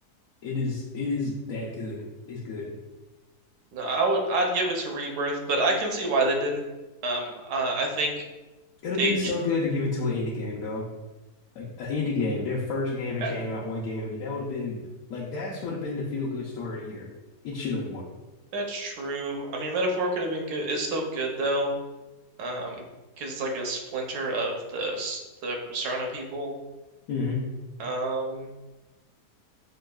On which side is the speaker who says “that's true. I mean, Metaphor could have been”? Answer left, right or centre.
Right